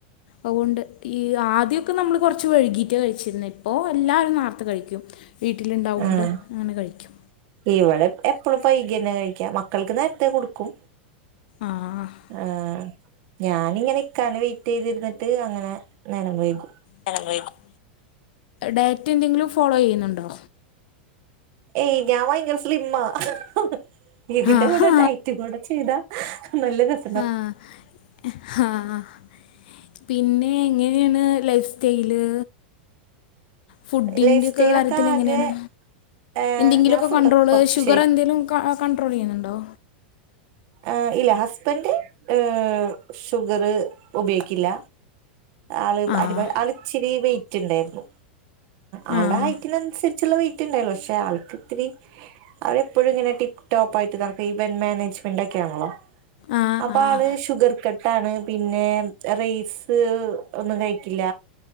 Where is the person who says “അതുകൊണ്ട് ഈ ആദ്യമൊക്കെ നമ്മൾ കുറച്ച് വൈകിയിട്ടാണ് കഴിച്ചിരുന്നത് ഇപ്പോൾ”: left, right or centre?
Left